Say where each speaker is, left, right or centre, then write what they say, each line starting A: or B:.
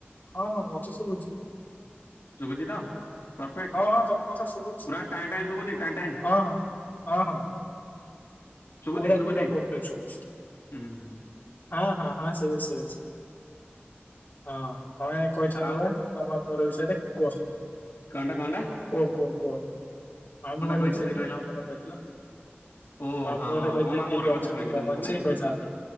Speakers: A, on the left (about 50°); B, on the left (about 80°).
A: ହଁ ହଁ ମତେ ସବୁଛି।
B: ସବୁଛି ତ? ପରଫେକ୍ଟ
A: ହଁ ହଁ ତମ କଥା ଶୁଭୁଛି
B: ପୁରା ଟାଇଁ ଟାଇଁ ଶୁଭୁଛି ଟାଇଁ ଟାଇଁ।
A: ହଁ ହଁ ହଁ ହଁ
B: ଶୁଭୁଛି
A: ପୁରା
B: ଶୁଭୁଛି
A: ପୁରା ପରଫେକ୍ଟ ଶୁଭୁଛି
B: ଉ ହୁଁ।
A: ହଁ ହଁ ହଁ ଶୁବୁଛି ସୁବୁଛି ହଁ ତମେ କହୁଛ
B: ଆଉ
A: ଦେ ବା ତମ ମୋର ବିଷୟରେ କୁହ
B: କଣ୍ଟା କଣ୍ଟା?
A: କୁହ କୁହ କୁହ ମାମୁଁ ଘର
B: କହିଥାନ୍ତି
A: ବିଷୟରେ
B: କହିଲ
A: କହିଥାନ୍ତବା କହିଥିଲ।
B: ଓ
A: ମାମୁଁ
B: ହଁ
A: ଘରେ କହିଥିଲ
B: ମୋ ମାମୁଁ
A: କିଏ
B: ଘର
A: କିଏ ଅଛନ୍ତି
B: କଥା କହିବି
A: କଣ
B: ତମକୁ
A: ଅଛି
B: ନାଇଁ?
A: କହିଥାନ୍ତ